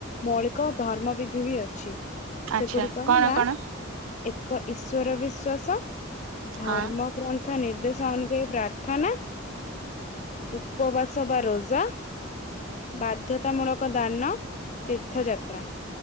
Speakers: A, on the left (about 35°); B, on the right (about 85°).
A: ମୌଳିକ ଧର୍ମ ବିଧି ବି ଅଛି।
B: ଆଚ୍ଛା
A: ସେଗୁଡିକ
B: କଣ
A: ହେଲା
B: କଣ?
A: ଏକ ଈଶ୍ୱର ବିଶ୍ଵାସ। ଧର୍ମ
B: ହଁ
A: ଗ୍ରନ୍ଥ ନିର୍ଦ୍ଦେଶ ଅନୁଯାୟୀ ପ୍ରାର୍ଥନା। ଉପବାସ ବା ରୋଜା। ବାଧ୍ୟତାମୂଳକ ଦାନ ତୀର୍ଥଯାତ୍ରା